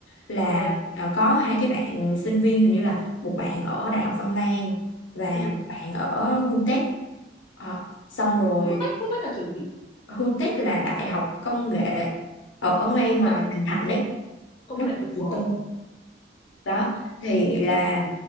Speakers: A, on the left (about 80°); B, on the left (about 30°).
A: là
B: ừ
A: à, có hai cái bạn sinh viên hình như là một bạn ở Đại học Văn Lang và
B: ừ
A: một bạn ở HUTEC Ờ, xong rồi
B: hút tách hút tách là trường gì
A: HUTEC là đại học công nghệ ở, ở ngay ngoài
B: cộng
A: Bình Thạnh đấy
B: công
A: nó
B: nghệ
A: cũng là trường
B: ờ
A: tư đó thì là